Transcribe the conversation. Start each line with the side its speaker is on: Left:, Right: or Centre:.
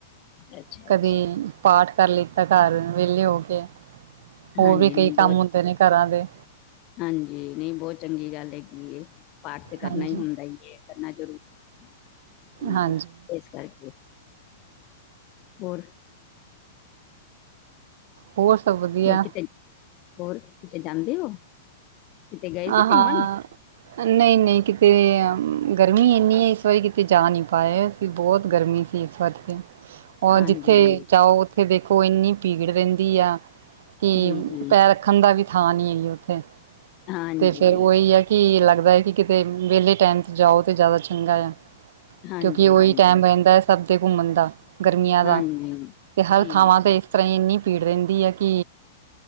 Left: ਅੱਛਾ-ਅੱਛਾ।
Right: ਕਦੇ ਪਾਠ ਕਰ ਲਿੱਤਾ ਘਰ, ਵਿਹਲੇ ਹੋਕੇ। ਹੋਰ
Left: ਹਾਂਜੀ,
Right: ਵੀ, ਕਈ
Left: ਨਹੀਂ ਬਹੁਤ
Right: ਕੰਮ ਹੁੰਦੇ ਨੇ ਘਰਾਂ ਦੇ।
Left: ਹਾਂਜੀ, ਨਹੀਂ ਬਹੁਤ ਚੰਗੀ ਗੱਲ ਹੈਗੀ। ਪਾਠ ਤੇ ਕਰਨਾ
Right: ਹਾਂਜੀ
Left: ਹੀ ਹੁੰਦਾ ਈ ਏ। ਕਰਨਾ ਜ਼ਰੂਰੀ
Right: ਹਾਂਜੀ
Left: ਐ, ਇਸ ਕਰਕੇ। ਹੋਰ?
Right: ਹੋਰ ਸਭ ਵਧੀਆ।
Left: ਹੋਰ ਕਿਤੇ ਹੋਰ ਕਿਤੇੇ ਜਾਂਦੇ ਹੋ? ਕਿਤੇ ਗਏ ਸੀ
Right: ਆਹਾਂ,
Left: ਘੁੰਮਣ?
Right: ਨਹੀਂ-ਨਹੀਂ ਕਿਤੇ। ਗਰਮੀ ਇੰਨੀ ਹੈ। ਇਸ ਵਾਰੀ ਕਿਤੇ ਜਾ ਨਹੀਂ ਪਾਏ ਸੀ। ਬਹੁਤ ਗਰਮੀ ਸੀ ਇਸ ਵਾਰ ਤੇ। ਉਹ
Left: ਹਾਂਜੀ,
Right: ਜਿੱਥੇ ਜਾਓ ਉੱਥੇ ਦੇਖੋ ਇੰਨੀ ਭੀੜ ਰਹਿੰਦੀ ਆ। ਕਿ
Left: ਜੀ-ਜੀ,
Right: ਪੈਰ ਰੱਖਣ ਦਾ ਵੀ ਥਾਂ ਨੀ ਹੈਗੀ। ਉੱਥੇ
Left: ਹਾਂਜੀ।
Right: ਤੇ ਫੇਰ ਉਹੀ ਹੈ ਕਿ ਅੱਲਗ। ਲੱਗਦਾ ਕਿ ਕਿਤੇ ਵਿਹਲੇ ਟਾਈਮ ਤੇ ਜਾਓ ਤੇ ਜ਼ਿਆਦਾ ਚੰਗਾ ਆ।
Left: ਹਾਂਜੀ-ਹਾਂਜੀ,
Right: ਕਿਉਂਕਿ ਉਹੀ ਟਾਈਮ ਰਹਿੰਦਾ ਸਭ। ਦੇ ਘੁੰਮਣ ਦਾ, ਗਰਮੀਆਂ
Left: ਹਾਂਜੀ,
Right: ਦਾ,
Left: ਹਾਂਜੀ
Right: ਤੇ ਹਰ
Left: ਜੀ,
Right: ਥਾਵਾਂ ਤੇ ਇਸ ਤਰ੍ਹਾਂ ਹੀ ਇੰਨੀ। ਭੀੜ ਰਹਿੰਦੀ ਹੈ ਕਿ